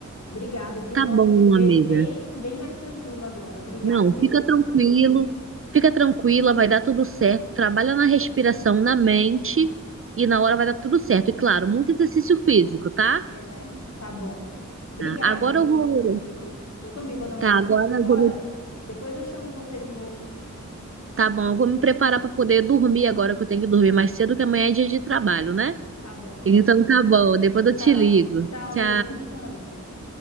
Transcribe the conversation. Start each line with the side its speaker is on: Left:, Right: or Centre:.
Left: Obrigado, viu?
Right: Tá
Left: Nossa,
Right: bom,
Left: fiquei
Right: amiga.
Left: bem, bem mais tranquila agora. Obrigado
Right: Não,
Left: mesmo,
Right: fica tranquilo,
Left: viu?
Right: fica tranquila, vai dar tudo certo. Trabalha na respiração, na mente, e na hora vai dar tudo certo. E claro, muito exercício físico, tá?
Left: É,
Right: Tá.
Left: né? Tá bom. Obrigada,
Right: Agora
Left: amiga,
Right: eu vou.
Left: pelas dicas. Eu também vou dar uma
Right: Tá,
Left: saidinha
Right: agora eu
Left: agora.
Right: vou me...
Left: de- Depois eu chamo você de novo.
Right: Tá bom, eu vou me preparar para poder dormir agora, que eu tenho que dormir mais cedo, que amanhã é dia de trabalho, né?
Left: Tá bom, então.
Right: Então tá bom, depois eu
Left: Tchau.
Right: te ligo.
Left: Tchau, amiga.
Right: Tchau,
Left: Bom descanso.